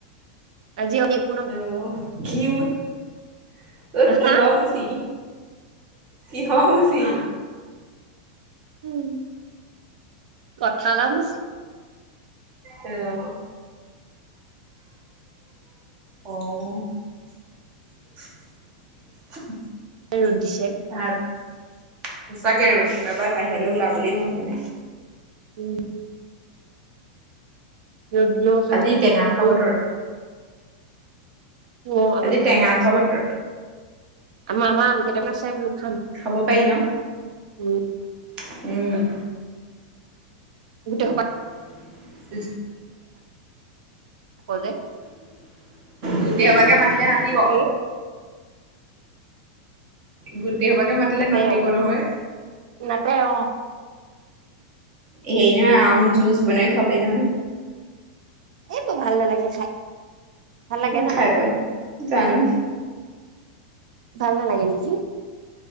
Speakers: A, on the right; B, on the right.
A: আজি <unintelligible>
B: অ', কি অ',
A: আহা
B: কিহৰ মুচি? কিহৰ মুচি?
A: উম, কঁঠালৰ মুচি।
B: অ', অ' <inaudible>
A: ৰ'দ দিছে।
B: তাৰ, সঁচাকে ৰ'দটো বাই বাহিৰলৈ ওলাবলৈ মন যোৱা নাই।
A: উম, ৰ'দ দিলেও অশান্তি
B: আজি টেঙা
A: বৰষুন
B: খোৱা
A: দিলেও
B: বতৰ,
A: অ', আমাৰ
B: আজি
A: আম
B: টেঙা
A: কেইটামান
B: খোৱা
A: আছে,
B: বতৰ।
A: আমাৰ আমাৰ আম কেইটামান আছে বোলো খাম।
B: খাব পাৰি ন'
A: উম
B: উম,
A: গোটেইসোপা
B: <inaudible>
A: কলে
B: গোটেইসোপাকে মাতিলে নাটিব।
A: এই
B: গোটেই হোপাকে মাতিলে
A: নাতে
B: নাতিব
A: অ
B: নহয়।
A: নাতে অ'
B: হেৰি নহয় আম যুছ বনাই খোৱাব পাৰি নহয়।
A: এইবোৰ ভাল নালাগে খাই। ভাল লাগে
B: মই
A: জানো
B: খাই পোৱা নাই, জানো
A: ভাল নালাগে নেকি?